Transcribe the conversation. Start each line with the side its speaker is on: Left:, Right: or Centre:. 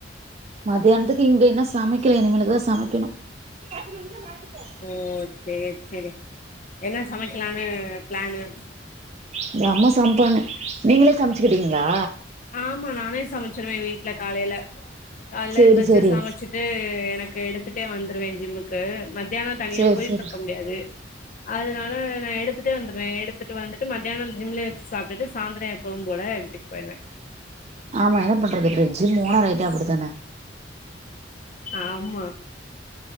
Right: மத்தியானத்துக்கு இங்க இன்னு சமைக்கல இனிமேலு தா சமைக்கணு பத்து நிமிஷ <unintelligible> போ
Left: ஓ சரி சரி என்னா சமைக்கலான்னு ப்ளான்னு
Right: அத அம்மா சம்ப்பாங்க நீங்களே சமைச்சுக்கிட்டீங்களா
Left: ஆமா நானே சமைச்சிருவே வீட்ல காலையில காலையில
Right: சேரி
Left: எந்திரிச்சி
Right: சேரி
Left: சமைச்சு து எனக்கு எடுத்துட்டே வந்துருவே ஜிம்முக்கு மத்தியா தனியா
Right: சேரி
Left: போயிட்ருக்க
Right: சேரி
Left: முடியாது அதனால நா எடுத்துட்டே வந்துருவே எடுத்துட்டு வந்துட்டு மத்தியான ஜிம்லயே வச்சு சாப்ட்டுட்டு சாயந்தர எப்பவும் போல இப்ப இல்ல
Right: ஆமா என்ன பண்றது அப்பற ஜிம் போன ரைட்டா அப்படித்தான
Left: ஆமா